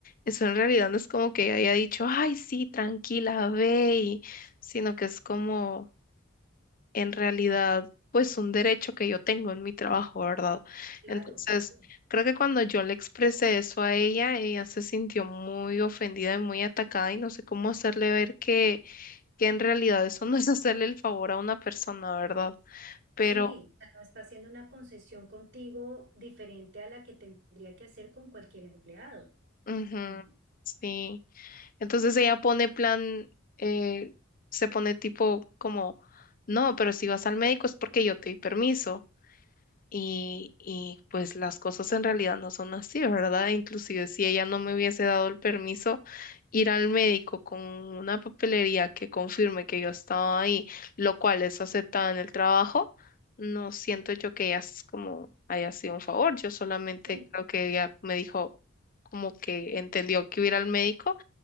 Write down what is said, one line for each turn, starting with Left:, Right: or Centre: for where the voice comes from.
Left: eso en realidad no es como que ella haya dicho, ay, sí, tranquila, ve, y- sino que es como en realidad, pues un derecho que yo tengo en mi trabajo, ¿verdad?
Right: Claro,
Left: Entonces,
Right: claro.
Left: creo que cuando yo le expresé eso a ella, ella se sintió muy ofendida y muy atacada y no sé cómo hacerle ver que, que en realidad eso no es hacerle el favor a una persona, ¿verdad? Pero,
Right: Sí, o sea, no está haciendo una concesión contigo diferente a la que tendría que hacer con cualquier empleado,
Left: ujú,
Right: ¿no?
Left: sí. Entonces ella pone plan, eh, se pone tipo como, no, pero si vas al médico es porque yo te di permiso. Y, y pues las cosas en realidad no son así, ¿verdad? Inclusive si ella no me hubiese dado el permiso ir al médico con una papelería que confirme que yo estaba ahí, lo cual es aceptada en el trabajo, no siento yo que ella es como haya sido un favor. Yo solamente
Right: Sí,
Left: creo que ella me dijo como que entendió que iba a ir al médico